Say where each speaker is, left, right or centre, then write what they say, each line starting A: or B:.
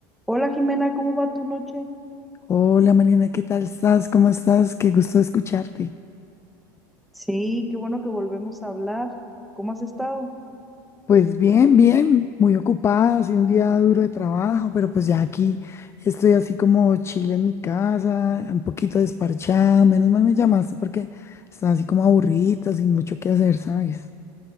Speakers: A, in the centre; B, on the left.
A: Hola Jimena, ¿cómo va tu noche?
B: Hola Mariana, ¿qué tal estás? ¿Cómo estás? Qué gusto escucharte.
A: Sí, qué bueno que volvemos a hablar. ¿Cómo has estado?
B: Pues bien, bien, muy ocupada, ha sido un día duro de trabajo, pero pues ya aquí estoy así como chile en mi casa, un poquito desparchada. Menos mal me llamaste porque estaba así como aburrida, sin mucho que hacer, ¿sabes?